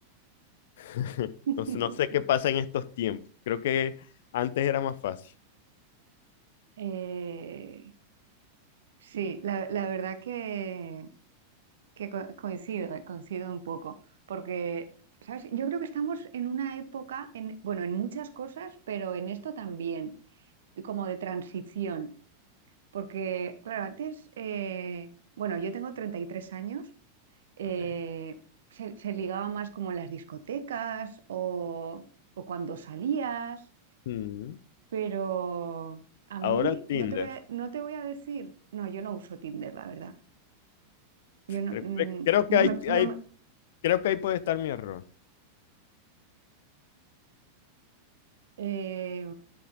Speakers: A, on the left; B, on the right.
A: <laughs>
B: <laughs>
A: No, sé- no sé qué pasa en estos tiempos. Creo que antes era más fácil.
B: Eh, sí, la, la verdad que Que co- coincido, eh, coincido un poco, porque, ¿sabes? Yo creo que estamos en una época, en, bueno, en muchas cosas, pero en esto también, como de transición, porque, claro, antes, eh, bueno, yo tengo 33 años, eh,
A: Vale.
B: se, se ligaba más como en las discotecas o, o cuando salías,
A: Mm.
B: pero a mí
A: Ahora Tinder.
B: no te voy a, no te voy a decir, no, yo no uso Tinder, la verdad. Yo no,
A: Creo,
B: mm,
A: cre- creo
B: no
A: que hay
B: me, no
A: hay
B: me-
A: creo que ahí puede estar mi error.
B: Eh,